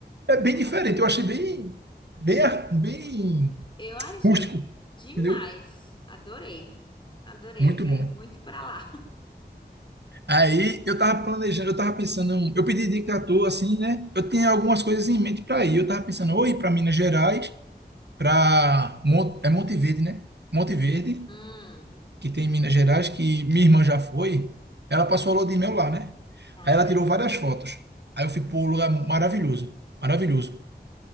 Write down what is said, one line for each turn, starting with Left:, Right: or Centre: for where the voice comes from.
Right: É bem
Left: cara,
Right: diferente, eu achei bem, bem, bem
Left: eu achei
Right: rústico,
Left: demais.
Right: entendeu?
Left: Adorei, adorei.
Right: Muito
Left: Eu quero
Right: bom.
Left: muito para lá.
Right: Aí eu tava planejando, eu tava pensando, eu pedi dica à toa, assim, né? Eu tinha algumas coisas em mente para ir. Eu tava pensando, ou ir para Minas Gerais, para é Monte Verde, né? Monte Verde,
Left: Hum.
Right: que tem em Minas Gerais, que minha irmã já foi. Ela passou a lua de mel lá, né?
Left: Ai.
Right: Aí ela tirou várias fotos. Aí eu fui pô, lugar maravilhoso, maravilhoso.